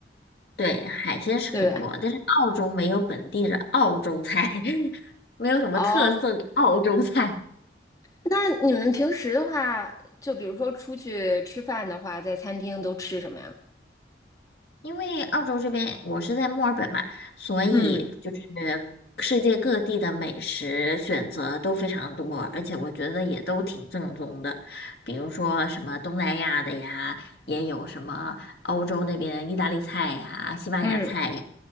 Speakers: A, on the left (about 60°); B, on the left (about 20°).
A: 对，海鲜是很多，
B: 对吧？
A: 但是澳洲没有本地的澳洲菜，<laughs> 没有什么特色的澳洲菜。
B: 哦，那你们平时的话，就比如说出去吃饭的话，在餐厅都吃什么呀？
A: 因为澳洲这边我是在墨尔本嘛，所以就是世界各地的美食选择都非常多，
B: 嗯
A: 而且我觉得也都挺正宗的。比如说什么东南亚的呀，也有什么欧洲那边意大利菜呀、西班牙菜呀，
B: 嗯，